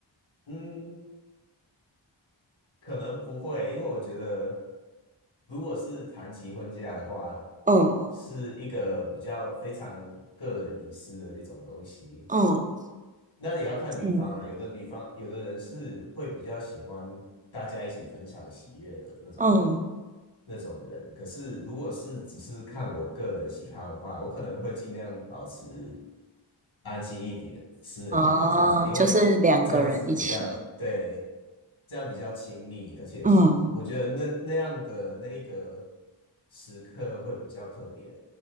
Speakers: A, on the left; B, on the right.
A: 嗯，可能不会，因为我觉得，如果是谈及婚嫁的话，
B: 嗯
A: 是一个比较非常个人隐私的一种东西
B: 嗯
A: 那也要看女方啊，
B: 嗯
A: 有的女方，有的人是会比较喜欢大家一起分享喜悦的那种
B: 嗯，
A: 那种人。可是如果是只是看我个人喜好的话，我可能会尽量保持安静一点、私人一点这样子，
B: 哦，
A: 因为这样子比较对，
B: 就是两个人一起，
A: 这样比较亲密，而且是我觉得那那样的那个
B: 嗯。
A: 时刻会比较特别，